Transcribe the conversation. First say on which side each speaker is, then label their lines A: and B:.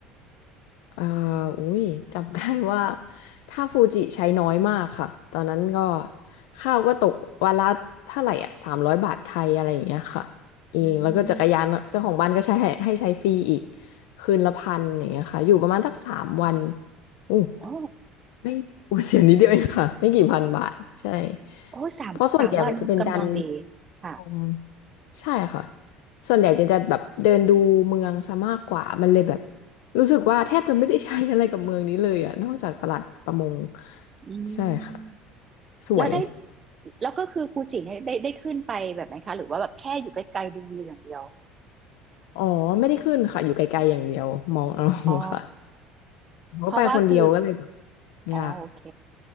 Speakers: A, on the left; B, on the right.
A: เอ่า อุ้ยจำได้ว่าถ้าฟูจิใช้น้อยมากค่ะ ตอนนั้นก็ข้าวก็ตกวันละเท่าไหร่อ่ะสามร้อยบาทไทยอะไรอย่างเงี้ยค่ะเองแล้วก็จักรยานเจ้าของบ้านก็ใช้ให้ให้ใช้ฟรีอีก
B: อืม
A: คืนละพันอย่างเงี้ยค่ะ อยู่ประมาณสักสามวันอู้
B: อ๋อ
A: ไม่ <laughs> โอ้เสียนิดเดียวเองค่ะไม่กี่พันบาทใช่
B: โอ้สามสามวันกำลังดี
A: เพราะส่วนใหญ่มันจะเป็นการ
B: ค่ะ
A: ชมใช่ค่ะส่วนใหญ่จะจะแบบเดินดูเมืองซะมากกว่ามันเลยแบบรู้สึกว่าแทบจะไม่ได้ใช้อะไรกับเมืองนี้เลยอะนอกจากตลาดประมง
B: อืม
A: ใช่ค่ะสวย
B: แล้วได้แล้วก็คือฟูจิเนี่ยได้ได้ขึ้นไปแบบไหนคะหรือว่าแบบแค่อยู่ใกล้ๆดูวิวอย่างเดียว
A: อ๋อไม่ได้ขึ้นค่ะอยู่ไกลๆอย่างเดียวมองเอา
B: อ๋อ
A: <laughs> ค่ะเพราะไปคนเดียวก็เลยแบบ
B: เพราะว่าคืออ๋อโอเค
A: ยาก